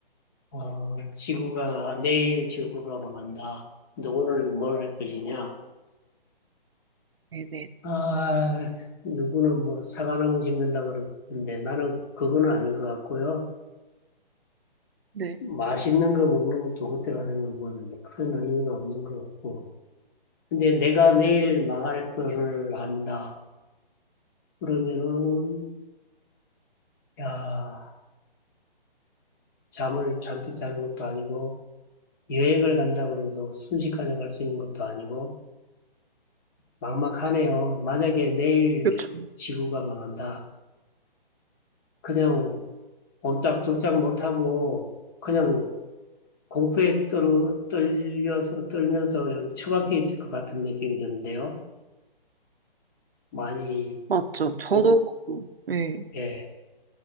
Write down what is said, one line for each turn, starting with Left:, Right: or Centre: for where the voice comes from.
Left: 어, 지구가, 내일 지구가 망한다. 너 오늘 뭘 할 것이냐?
Right: 네, 네,
Left: 아, 누구는 뭐 사과나무 심는다 그러던데 나는 그거는 아닌 것 같고요.
Right: 네.
Left: 맛있는 거 먹는 것도 그때 가서는 뭐 그런 의미가 없는 것 같고. 근데 내가 내일 망할 거를 안다. 그러면은, 야, 잠을 잔뜩 자는 것도 아니고, 여행을 간다 그래서 순식간에 갈 수 있는 것도 아니고, 막막하네요. 만약에 내일
Right: 몇 초?
Left: 지구가 망한다. 그냥 옴짝돌짝 못하고 그냥 공포에 떨, 떨려서, 떨면서 여기 처박혀 있을 것 같은 느낌이 드는데요. 많이,
Right: 맞죠. 저도,
Left: 오-
Right: 네.
Left: 예,